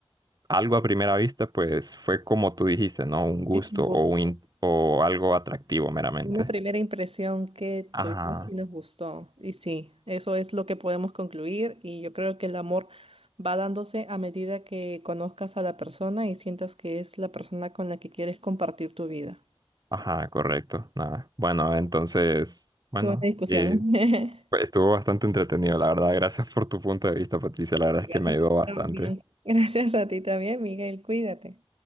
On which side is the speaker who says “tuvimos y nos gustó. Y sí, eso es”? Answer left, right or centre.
Right